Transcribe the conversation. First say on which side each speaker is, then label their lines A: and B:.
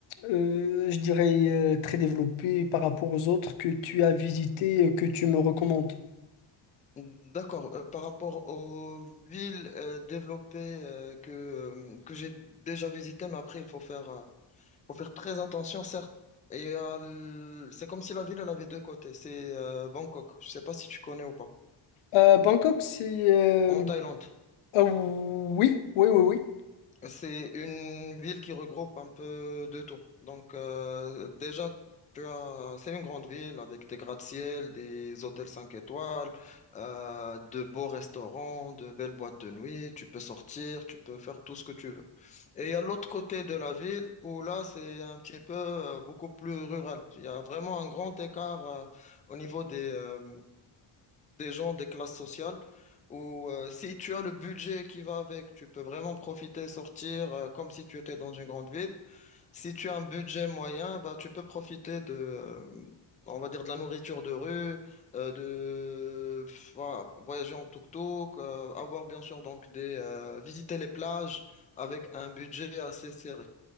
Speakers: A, on the left (about 85°); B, on the left (about 15°).
A: euh, je dirais, euh, très développées par rapport aux autres que tu as visitées et que tu me recommandes?
B: D'accord. Euh, par rapport aux villes euh, développées euh, que, euh, que j'ai déjà visitées, mais après, il faut faire... euh, faut faire très attention, certes. Et euh, c'est comme si la ville, elle avait deux côtés. C'est euh, Bangkok. Je sais pas si tu connais ou pas.
A: Euh, Bangkok, c'est... euh,
B: En Thaïlande.
A: ah oui, oui, oui, oui.
B: C'est une ville qui regroupe un peu de tout. Donc, euh, déjà, tu as, c'est une grande ville avec des gratte-ciel, des hôtels 5 étoiles, euh, de beaux restaurants, de belles boîtes de nuit. Tu peux sortir, tu peux faire tout ce que tu veux. Et il y a l'autre côté de la ville où là, c'est un petit peu euh, beaucoup plus rural. Il y a vraiment un grand écart euh, au niveau des, euh, des gens des classes sociales où euh, si tu as le budget qui va avec, tu peux vraiment profiter, sortir euh, comme si tu étais dans une grande ville. Si tu as un budget moyen, bah, tu peux profiter de, euh, on va dire, de la nourriture de rue, euh, de voilà, voyager en tuk-tuk, euh, avoir bien sûr donc des, euh, visiter les plages avec un budget assez serré.